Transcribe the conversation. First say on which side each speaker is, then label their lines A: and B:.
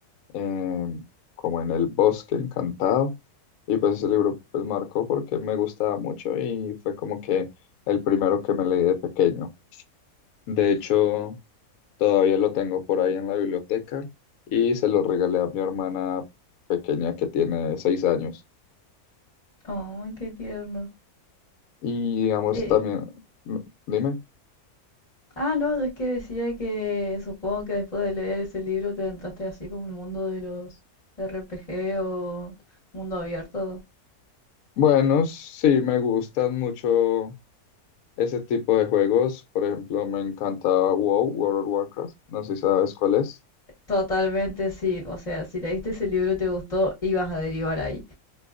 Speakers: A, on the left; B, on the left.
A: em, como en el bosque encantado. Y pues ese libro pues marcó porque me gustaba mucho y fue como que el primero que me leí de pequeño. De hecho, todavía lo tengo por ahí en la biblioteca y se lo regalé a mi hermana pequeña que tiene seis años.
B: Oh, qué tierno.
A: Y digamos
B: Eh,
A: también, mm, dime.
B: ah, no, es que decía que supongo que después de leer ese libro te entraste así como el mundo de los RPG o mundo abierto.
A: Bueno, sí, me gustan mucho ese tipo de juegos. Por ejemplo, me encanta WoW, World of Warcraft. No sé si sabes cuál es.
B: Totalmente sí, o sea, si leíste ese libro y te gustó, ibas a derivar ahí.